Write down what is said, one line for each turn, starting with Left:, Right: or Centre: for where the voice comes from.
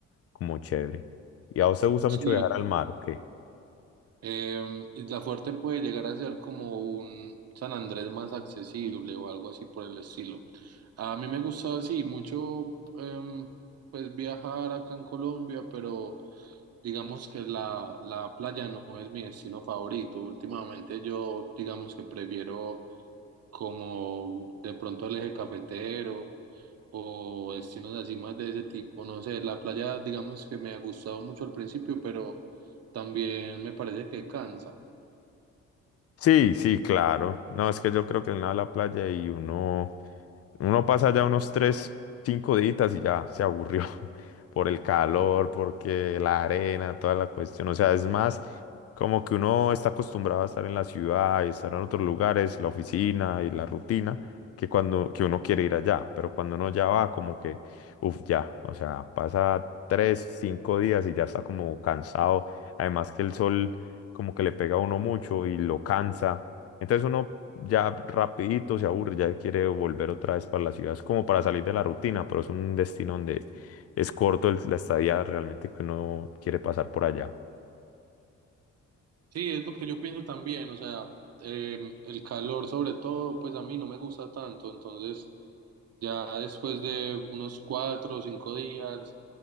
Left: como chévere. ¿Y a vos te gusta
Right: Sí,
Left: mucho viajar al mar o qué?
Right: Em, Isla Fuerte puede llegar a ser como un San Andrés más accesible o algo así por el estilo. A mí me gusta así mucho em, pues viajar acá en Colombia, pero digamos que la, la playa no es mi destino favorito. Últimamente yo digamos que prefiero como de pronto el eje cafetero o destinos así más de ese tipo. No sé, la playa digamos que me ha gustado mucho al principio, pero también me parece que cansa.
Left: Sí, sí, claro. No, es que yo creo que en la playa y uno, uno pasa ya unos tres, cinco días y ya se aburrió <laughs> por el calor, porque la arena, toda la cuestión. O sea, es más como que uno está acostumbrado a estar en la ciudad y estar en otros lugares, la oficina y la rutina, que cuando que uno quiere ir allá. Pero cuando uno ya va, como que, uff, ya. O sea, pasa tres, cinco días y ya está como cansado. Además que el sol como que le pega a uno mucho y lo cansa. Entonces uno ya rapidito se aburre, ya quiere volver otra vez para la ciudad. Es como para salir de la rutina, pero es un destino donde es corto el- la estadía realmente que uno quiere pasar por allá. <laughs>
Right: Sí, es lo que yo pienso también, o sea, eh, el calor sobre todo, pues a mí no me gusta tanto, entonces ya después de unos cuatro o cinco días,